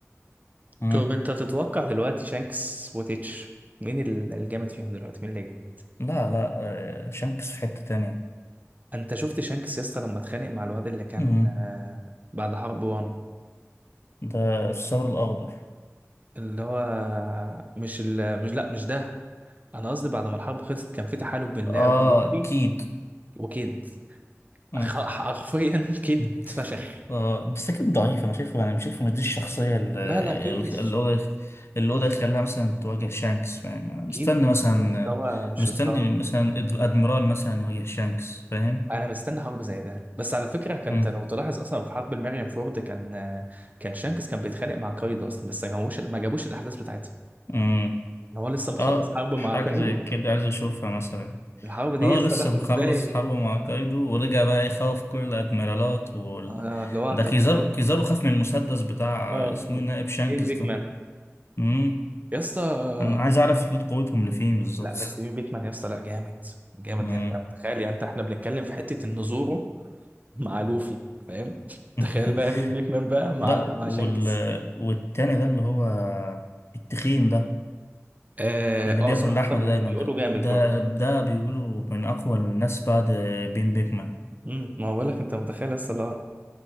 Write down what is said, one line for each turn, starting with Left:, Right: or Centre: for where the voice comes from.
Left: مم.
Right: طب انت تتوقع دلوقتي شانكس وتيتش مين ال- الجامد فيهم دلوقتي مين اللي يجمد
Left: لا لا آه، شانكس في حتة تانية
Right: انت شفت شانكس يا اسطى لما اتخانق مع الواد اللي كان
Left: مم.
Right: آه، بعد حرب وانو
Left: ده الثور الأخضر
Right: اللي هو مش ال... مش لا مش ده انا قصدي بعد ما الحرب خلصت كان في تحالف بين
Left: آه
Right: لاو ولوفي
Left: أكيد
Right: وكيد
Left: مم.
Right: خ- حرفيا <laughs> كيد
Left: مم.
Right: اتفشخ
Left: آه بس أكيد ضعيف أنا شايفه يعني مش شايفه مش دي الشخصية اللي
Right: لا لا كيد مش
Left: اللي هو اللي هو ده يخليها مثلا تواجه شانكس فاهم أنا مستني
Right: كيد مش
Left: مثلا
Right: مستوى مش
Left: مستني
Right: مستوى
Left: مثلا الأدميرال مثلا يواجه شانكس فاهم
Right: انا مستني حرب زي ده بس على فكره كانت
Left: مم.
Right: لو تلاحظ اصلا في حرب المريم فورد كان كان شانكس كان بيتخانق مع كايدو اصلا بس ما جابوش ما جابوش الاحداث بتاعتها
Left: مم.
Right: ان هو لسه مخلص
Left: آه
Right: حرب مع
Left: حاجة
Right: كايدو
Left: زي كده عايز أشوفها مثلا
Right: الحرب دي
Left: اه
Right: يا اسطى
Left: لسه
Right: لا
Left: مخلص
Right: ازاي
Left: حرب مع كايدو ورجع بقى يخوف كل الادميرالات وال...
Right: آه، اللي هو
Left: ده
Right: انت
Left: كيزارو
Right: متخيل؟
Left: كيزارو خاف من المسدس بتاع
Right: اه
Left: اسمه إيه، نائب شانكس
Right: مين بيكمان
Left: ده امم
Right: يا اسطى آه،
Left: انا عايز اعرف حدود قوتهم لفين بالظبط
Right: لا بس مين بيكمان يا اسطى لا جامد جامد
Left: امم
Right: يعني انت تخيل يعني انت احنا بنتكلم في حته ان زورو مع لوفي فاهم
Left: <laughs>
Right: تخيل بقى مين بيكمان بقى مع
Left: لا وال...
Right: مع شانكس
Left: والتاني ده اللي هو التخين ده
Right: اه
Left: اللي
Right: آه،
Left: بياكل
Right: صراحه
Left: لحمه ده دايما
Right: بيقولوا
Left: ده
Right: جامد
Left: ده
Right: برضه
Left: ده بيقولوا من اقوى الناس بعد بين بيكمان
Right: امم ما بقول لك انت متخيل لسه اللي هو